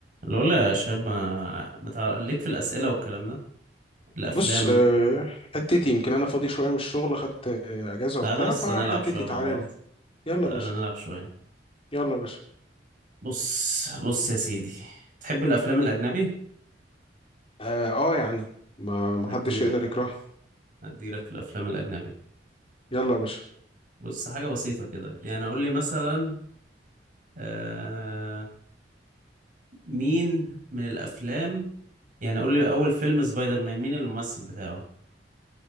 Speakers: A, on the right; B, on the left.
A: لولا يا شاب ما بتاع... ليك في الأسئلة والكلام ده الأفلام
B: بص آه، حتتي يمكن انا فاضي شويه من الشغل خدت آه، اجازه
A: تعالى
B: وبتاع
A: أصلا
B: فحتتي
A: نلعب شوية مع
B: تعالى
A: بعض
B: لي يلا
A: تعالى
B: يا باشا
A: نلعب شوية
B: يلا يا باشا
A: بص بص يا سيدي تحب الأفلام الأجنبي؟
B: اه آه يعني ما ما
A: هديلك
B: حدش يقدر يكرهها
A: هديلك في الأفلام الأجنبي
B: يلا يا باشا
A: بص حاجة بسيطة كده يعني قول لي مثلا آه... مين من الأفلام يعني قول لي أول فيلم سبايدر مان مين الممثل بتاعه؟